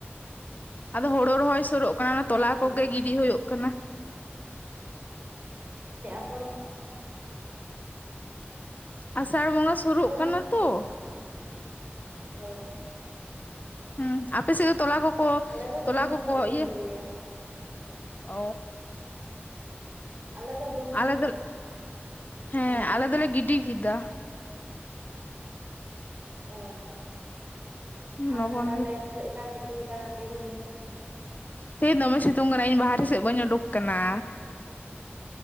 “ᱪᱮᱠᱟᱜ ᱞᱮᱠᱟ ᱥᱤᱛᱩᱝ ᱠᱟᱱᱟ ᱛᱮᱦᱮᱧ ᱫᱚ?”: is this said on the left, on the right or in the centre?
Right